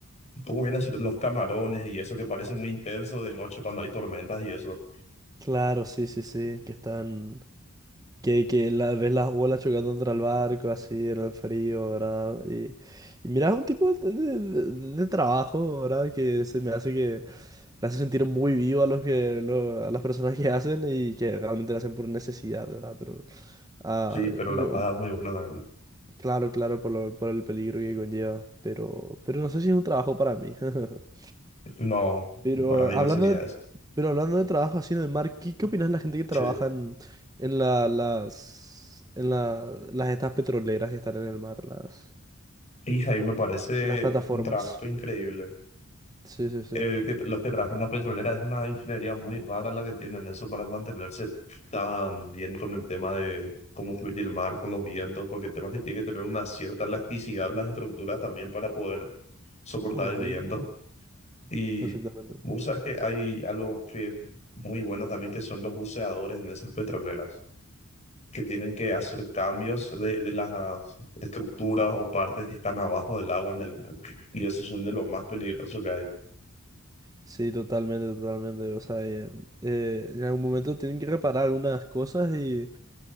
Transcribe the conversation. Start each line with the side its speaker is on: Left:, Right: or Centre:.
Left: cómo vienen a ser los camarones y eso que parece muy intenso de noche cuando hay tormentas y eso.
Right: Claro, sí, sí, sí, que están, que, que la, ves las olas chocando contra el barco, así, en el frío, ¿verdad? Y, y miras un tipo de, de- de- de trabajo, ¿verdad? Que se me hace que le hace sentir muy vivo a los que, lo- a las personas que hacen y que realmente lo hacen por necesidad, ¿verdad? Pero, ah,
Left: Sí, pero
Right: yo,
Left: la paga es muy buena también.
Right: claro, claro, por lo- por el peligro que conlleva, pero, pero no sé si es un trabajo para mí. <laughs>
Left: No,
Right: Pero
Left: para mí
Right: hablando
Left: no sería
Right: de,
Left: eso.
Right: pero hablando de trabajo así en el mar, ¿qué, qué opinas de la gente que trabaja
Left: Sí.
Right: en, en la- las, en la- las estas petroleras que están en el mar, las,
Left: Y ahí me parece
Right: las plataformas?
Left: un trabajo increíble.
Right: Sí, sí, sí.
Left: eh, que los que trabajan en la petrolera es una ingeniería muy rara la que tienen eso para mantenerse tan bien con el tema de cómo fluir el mar, con los vientos, porque el tema es que tiene que tener una cierta elasticidad las estructuras también para poder soportar
Right: Ujú,
Left: el viento. Y
Right: Exactamente.
Left: vos sabes que hay algo que es muy bueno también que son los buceadores en esas petroleras, que tienen que hacer cambios de, de las estructuras o partes que están abajo del agua en el mar. Y esos son de los más peligrosos que hay.
Right: Sí, totalmente, totalmente. O sea, eh, eh, en algún momento tienen que reparar algunas cosas y,